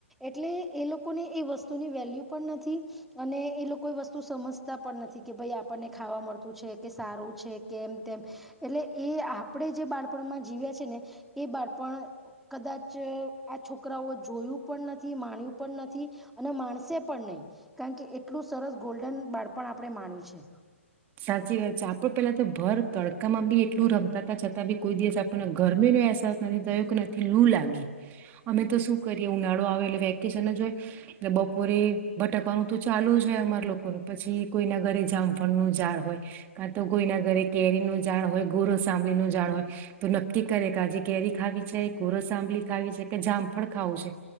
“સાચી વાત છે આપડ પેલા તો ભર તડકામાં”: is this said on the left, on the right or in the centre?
Right